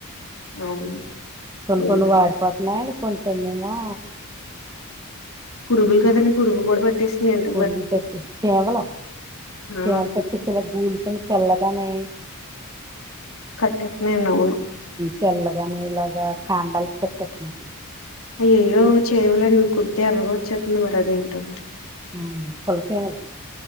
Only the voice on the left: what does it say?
అవును
ఏం
పురుగులు కదా పురుగు కూడా పట్ టిస్ మి యండు
ఆ
కట్టటినే అవును.
అయ్యో. అయ్యో చేమలులెవ్వు కుడితే ఎర్రవచ్చ అతుంది మరి అదేంటో మరి